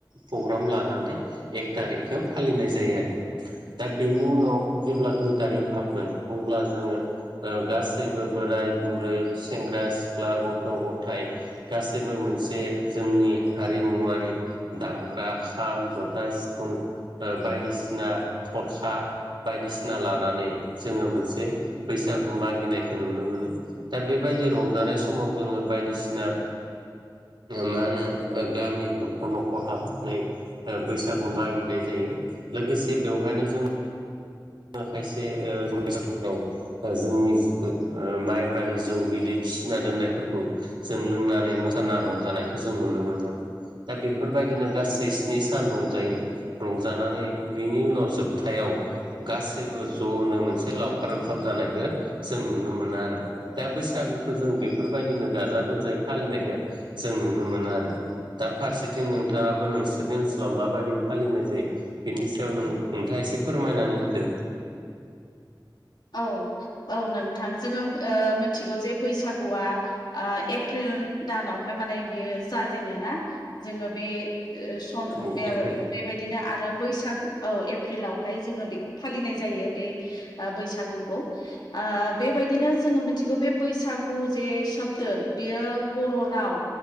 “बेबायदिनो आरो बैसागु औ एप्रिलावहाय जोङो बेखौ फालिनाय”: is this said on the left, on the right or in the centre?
Left